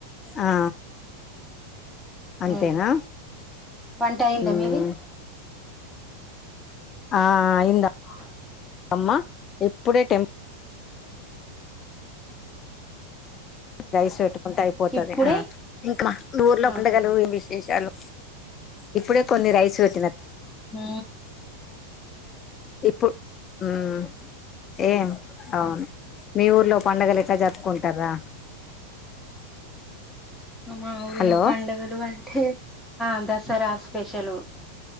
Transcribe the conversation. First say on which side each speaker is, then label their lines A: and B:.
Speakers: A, on the left (about 25°); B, in the centre.
A: ఆ అంతేనా
B: ఉమ్ వంట అయిందా
A: ఉమ్
B: మీది
A: ఆ ఇం
B: ఆ
A: అమ్మా ఇప్పుడే టెంప్ రైస్ పెట్టుకుంటే అయిపోతది
B: ఇప్పుడే
A: ఇంకా దూర్లో
B: ఆహా
A: పండగలు ఏం విశేషాలు ఇప్పుడే కొన్ని రైస్ వె
B: ఊ
A: ఇప్పుడు ఉమ్ ఏం అవును మీ ఊర్లో పండుగలు ఎట్టా జరుపుకుంటార్రా?
B: మా ఊళ్ళో
A: హలో
B: పండుగలు అంటే ఆ దసరా స్పెషలు